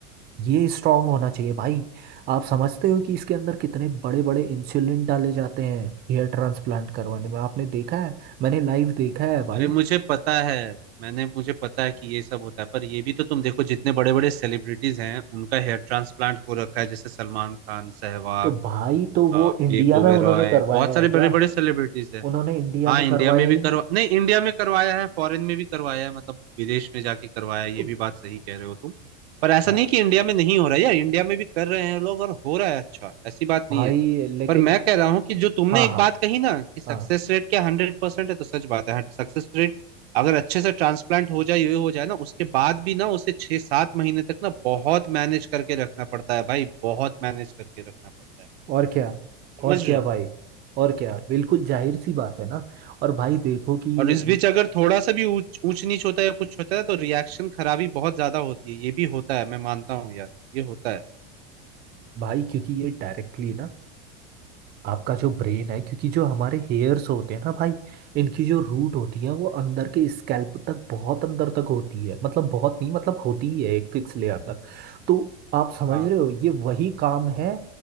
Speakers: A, on the right (about 30°); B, on the right (about 80°).
A: ये स्ट्रांग होना चाहिए भाई आप समझते हो कि इसके अंदर कितने बड़े बड़े इंसुलिन डाले जाते हैं हेयर ट्रांसप्लांट करवाने में आपने देखा है मैंने लाइव देखा है भाई
B: अरे मुझे पता है मैंने मुझे पता है कि ये सब होता है पर ये भी तो तुम देखो जितने बड़े बड़े सेलिब्रिटीज हैं उनका हेयर ट्रांसप्लांट हो रखा है जैसे सलमान खान सहवाग
A: तो भाई तो
B: अ,
A: वो
B: विवेक
A: इंडिया में
B: ओबेरॉय
A: उन्होंने करवाया
B: बहुत सारे
A: है क्या
B: बड़े बड़े सेलिब्रिटीज है
A: उन्होंने इंडिया
B: हाँ
A: में
B: इंडिया
A: करवाया
B: में
A: ही
B: भी करवा
A: नहीं
B: नहीं इंडिया में करवाया है फॉरेन में भी करवाया है मतलब विदेश में जाके करवाया है ये
A: तो
B: भी बात सही कह रहे हो तुम पर ऐसा
A: भा,
B: नहीं कि इंडिया में नहीं हो रहा है यार इंडिया में भी कर रहे हैं लोग और हो रहा है अच्छा ऐसी बात
A: भाई
B: नहीं है
A: लेकिन
B: पर मैं कह रहा हूँ कि जो तुमने
A: हाँ
B: एक
A: हाँ
B: बात कही ना कि सक्सेस
A: हाँ
B: रेट क्या हंड्रेड परसेंट है तो सच बात है सक्सेस रेट अगर अच्छे से ट्रांसप्लांट हो जाए ये हो जाए ना उसके बाद भी ना उसे छह सात महीने तक ना बहुत मैनेज करके रखना पड़ता है भाई बहुत मैनेज करके रखना पड़ता है
A: और क्या
B: समझ
A: और
B: रहे
A: क्या
B: हो
A: भाई और क्या बिल्कुल जाहिर सी बात है ना और भाई देखो कि
B: और इस
A: म,
B: बीच अगर थोड़ा सा भी ऊंच ऊंच नीच होता है या कुछ होता है तो रिएक्शन खराबी बहुत ज्यादा होती है ये भी होता है मैं मानता हूँ यार ये होता है
A: भाई क्योंकि ये डायरेक्टली ना आपका जो ब्रेन है क्योंकि जो हमारे हेयर्स होते हैं ना भाई इनकी जो रूट होती है वो अंदर के स्कैल्प तक बहुत अंदर तक होती है मतलब बहुत नहीं मतलब होती ही है एक फिक्स लेयर तक तो आप समझ
B: हाँ
A: रहे हो ये वही काम है